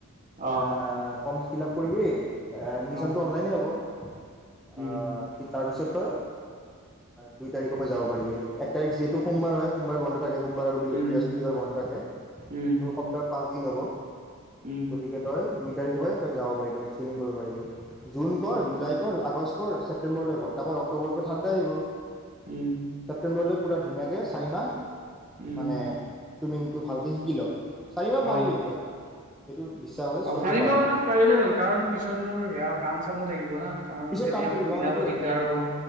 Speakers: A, on the right (about 35°); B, in the centre.
A: অ
B: আ ফিল আপ কৰিবি, এ
A: অ
B: খেলটো অনলাইনে হ'ব আ
A: উম
B: তাৰপিছত তই দুই তাৰিখৰ পৰা যাব পাৰিবি। এক তাৰিখ, যিহেতু সোমবাৰ হয়, সোমবাৰে বন্ধ থাকে। সোমবাৰ আৰু বৃহস্পতিবাৰে
A: উম
B: বন্ধ থাকে। আৰু
A: উম
B: সপ্তাহত পাঁচ দিন হ'ব
A: উম
B: গতিকে, তই দুই তাৰিখৰ পৰাই তই যাব পাৰিবি। চুইমিং কৰিব পাৰিবি জুন কৰ,
A: উম
B: জুলাই কৰ, আগষ্ট কৰ। ছেপ্টেম্বৰলৈ কৰ। তাৰপৰা অক্টোবৰৰ পৰা ঠাণ্ডাই আহিব
A: উম
B: ছেপ্টেম্বৰলৈ পুৰা ধুনীয়াকে, চাৰিমাহ
A: উম
B: মানে চুইমিংটো ভালকে শিকি ল চাৰিবাৰ পাৰিবি
A: অ
B: বোধহয় সেইটো বিশ্বাস আছে চ'
A: অ', চাৰিমাহ
B: তই পাৰিবি
A: মানত পাৰিলে হ'ল। কাৰণ, পিছত মোৰ সেয়া কাম চামো থাকিব না কাৰণ
B: পিছত
A: তেতিয়া
B: কাম থাকিব
A: মোৰ
B: অ
A: মিলাব
B: সেইটোৱে
A: দিগদাৰ হ'ব,